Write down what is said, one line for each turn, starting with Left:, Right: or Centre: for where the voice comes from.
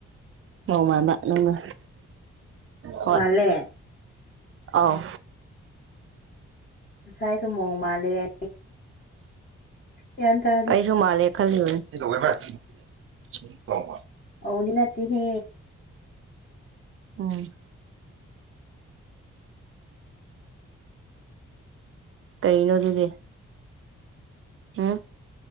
Right: ꯃꯧ ꯃꯥꯟꯕ ꯅꯪꯗꯣ ꯍꯣꯏ
Left: ꯃꯥꯜꯂꯦ
Right: ꯑꯧ
Left: ꯉꯁꯥꯏꯁꯨ ꯃꯧ ꯃꯥꯜꯂꯦꯌꯦ ꯌꯥꯟ ꯇꯥ
Right: ꯑꯩꯁꯨ ꯃꯥꯜꯂꯦ ꯈꯜꯂꯤꯕꯅꯦ <unintelligible>
Left: ꯑꯧꯗꯤ ꯅꯠꯇꯦꯍꯦ
Right: ꯎꯝ ꯀꯩꯅꯣ ꯑꯗꯨꯗꯤ ꯎꯝ